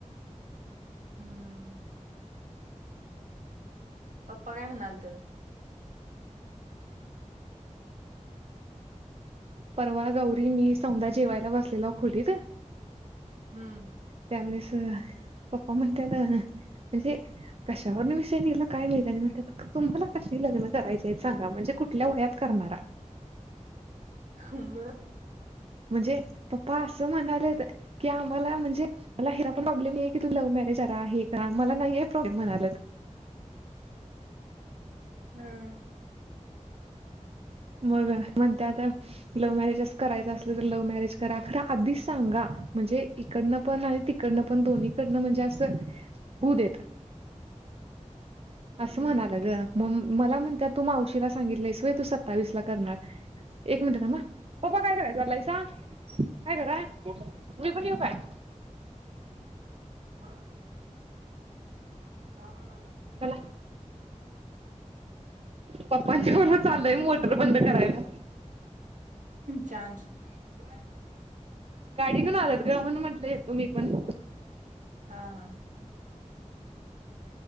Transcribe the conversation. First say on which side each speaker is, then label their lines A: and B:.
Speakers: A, on the right; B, on the right.
A: हम्म पप्पा काय म्हणाल तर
B: परवा गौरी मी सौधा जेवायला बसलेल खोलीत
A: हम्म
B: त्यावेळेस पप्पा म्हणत्यात म्हणजे कशावर विषय निघाला काय माहीत आणि म्हणतात तुम्हाला कशी लग्न करायचे सांगा म्हणजे कुठल्या वयात करणार
A: हम
B: म्हणजे पप्पा असं म्हणाले की आम्हाला म्हणजे मला हिरा पण प्रॉब्लेम ये की तु लव मॅरेज आहे का म नाही प्रॉब्लेम म्हणा
A: हम
B: मग मण ते आता लव्ह मॅरेजच करायच अस लव्ह मॅरेज करा खर आधी सांगा म्हणजे इकडन पण आणि तिकडन पण दोन्हीकडं म्हणजे होऊ देत असं
A: हम्म
B: म्हणालं ग म मला म्हणतात तू मावशीला सांगितलंसय व्हय सत्तावीस ला करणार एक मिनिट थांब पप्पा काय करायलेट चालायसा काय कराय मी पण येऊ काय
A: हा कामाग
B: चला पप्पांच्या बरोबर चाललंय मोटर बंद करायला
A: चान <unintelligible>
B: गाडीकण आलत ग म्हण म्हंटलं येतो मी पण
A: हा हा